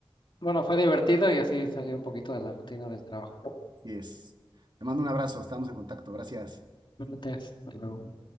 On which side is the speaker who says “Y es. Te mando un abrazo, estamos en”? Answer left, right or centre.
Right